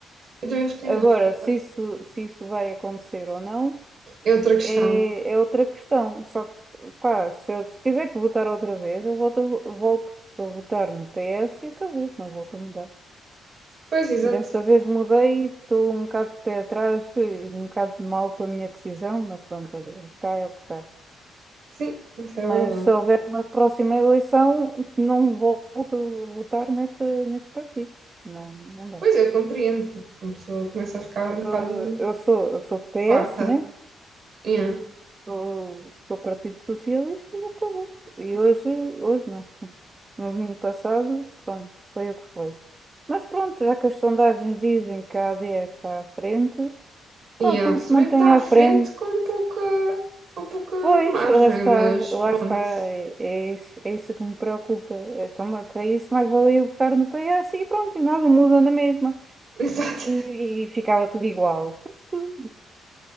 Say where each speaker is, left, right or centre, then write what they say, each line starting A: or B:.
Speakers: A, on the right; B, on the right.
A: Eu também votei
B: Agora,
A: neles, por acaso.
B: se isso, se isso vai acontecer ou não,
A: É outra questão.
B: é, é outra questão. Só que, pá, se eu se tiver que votar outra vez, eu volto, a- volto a votar no PS e acabou, não volto a mudar.
A: Pois, exato.
B: Desta vez mudei estou um bocado de pé atrás, fui um bocado de mal com a minha decisão, mas pronto, olha, o que está é o que está.
A: Sim, isso é
B: Mas
A: verdade.
B: se houver uma próxima eleição, não volto a votar neste, neste partido. Não, não dá.
A: Pois, eu compreendo, porque uma pessoa começa a ficar um
B: Eu,
A: bocado
B: eu sou, eu sou do PS,
A: farta.
B: né?
A: Yeah.
B: o, que o Partido Socialista e acabou. E hoje, hoje não. No domingo passado, pronto, foi o que foi. Mas pronto, já que as sondagens dizem que a AD é que está à frente, pá,
A: Yeah.
B: então
A: Se
B: que se mantenha
A: bem que está à
B: à
A: frente
B: frente.
A: com pouca, com pouca
B: Pois,
A: margem,
B: lá está,
A: mas
B: lá
A: pronto.
B: está,
A: <laughs>
B: é, é isso, é isso que me preocupa. Então, mas para isso, mais valia eu votar no PS e pronto, e nada muda na mesma.
A: Exato.
B: E, e ficava tudo igual. Pronto,